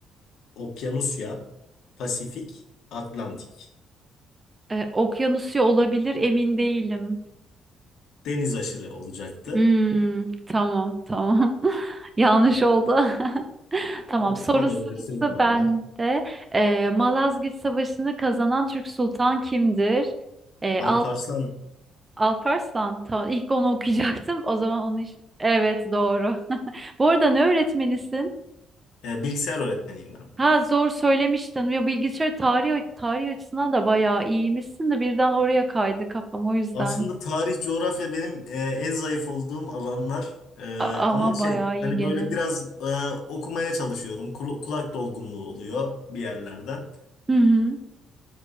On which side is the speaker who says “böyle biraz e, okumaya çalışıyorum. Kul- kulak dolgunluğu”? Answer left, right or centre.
Left